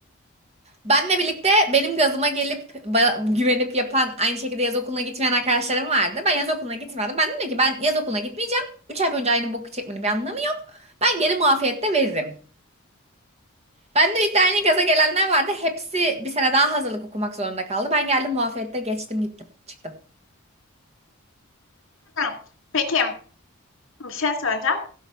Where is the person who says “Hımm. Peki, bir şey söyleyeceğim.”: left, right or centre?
Left